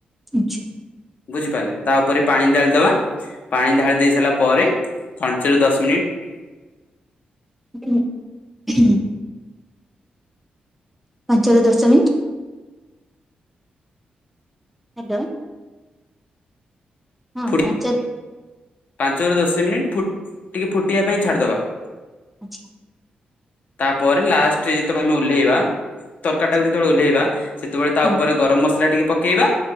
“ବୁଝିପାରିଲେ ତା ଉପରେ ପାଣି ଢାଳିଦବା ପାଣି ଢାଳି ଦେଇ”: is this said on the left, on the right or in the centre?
Left